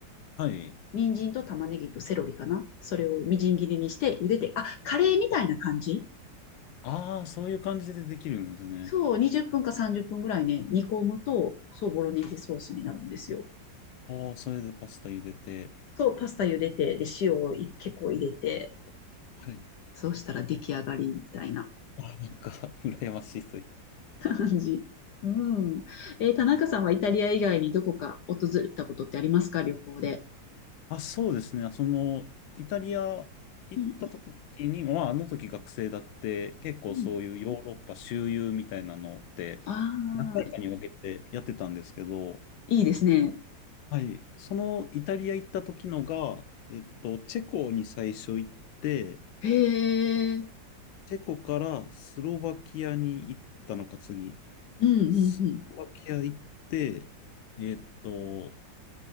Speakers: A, on the left; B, on the left.
A: はい。
B: 人参と玉ねぎとセロリかな。それをみじん切りにして茹でて、あ、カレーみたいな感じ
A: ああー、そういう感じでできるんですね。
B: そう、20分か30分ぐらいね、煮込むと、そう、ボロネーゼソースになるんですよ。
A: ああ、それでパスタ茹でて、
B: そう、パスタ茹でて、で、塩をい結構入れて、
A: はい。
B: そうしたら出来上がりみたいな
A: ああ、なんか、<laughs> 羨ましいという
B: <laughs> 感じ。うん。えー田中さんはイタリア以外にどこか訪れたことってありますか旅行で。
A: あ、そうですね。その、イタリア行った時に、
B: うん
A: まあ、あの時学生だって、結構そういうヨーロッパ周遊みたいなのって、
B: うんうん。ああ、
A: 何回かに分けてやってたんですけど、
B: いいですね。
A: はい。そのイタリア行った時のが、えっと、チェコに最初行って、
B: へえ。
A: チェコからスロバキアに行ったのか、次。
B: うんうんうん。
A: スロバキア行って、えっと、